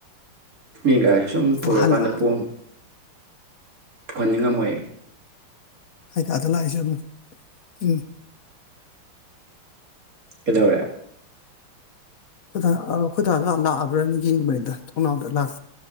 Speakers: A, on the right; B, on the left.
A: ꯃꯤ ꯒꯥꯔꯤꯗꯨ ꯁꯨꯝ ꯄꯨꯔꯀꯥꯟꯗ
B: ꯑꯣ ꯍꯜꯂꯛ
A: ꯄꯨꯡ ꯄꯨꯍꯟꯅꯤꯡꯉꯝꯃꯣꯏꯌꯦ
B: ꯑꯗ ꯂꯥꯛꯏꯁꯨ ꯎꯝ
A: ꯀꯩꯗꯧꯔꯦ
B: ꯑ ꯑꯩꯈꯣꯏ ꯗꯥ ꯂꯥꯛꯑꯕ꯭ꯔꯥꯅ ꯌꯦꯡꯕꯅꯤꯗ ꯊꯣꯡꯅꯥꯎꯗ ꯂꯥꯛ